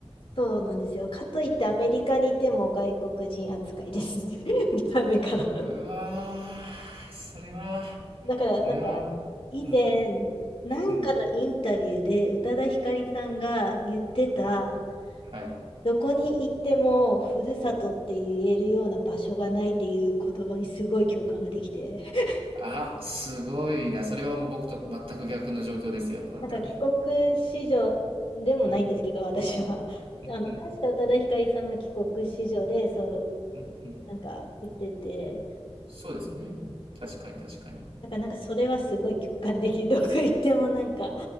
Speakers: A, on the left; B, on the right.
A: そうなんですよ。かといってアメリカにいても外国人扱いです。<laughs> 見た目から。
B: うわー、
A: <laughs>
B: それは、
A: だからなんか以前なんかのインタビューで宇多田ヒカリさんが言ってた
B: それは、うん、うん、はい、はい。
A: どこに行ってもふるさとって言えるような場所がないっていう言葉にすごい共感ができて <laughs>
B: あ、すごいな。それはもう僕と全く逆の状況ですよ、本当に。
A: なんか帰国子女でもないんですけど私はあの確か宇多田ヒカリさんは帰国子女でそう
B: うん、うん、うん、うん。
A: なんか言ってて。
B: そうですね。確かに、確かに。
A: だからなんかそれはすごい共感できる。どこ行ってもなんか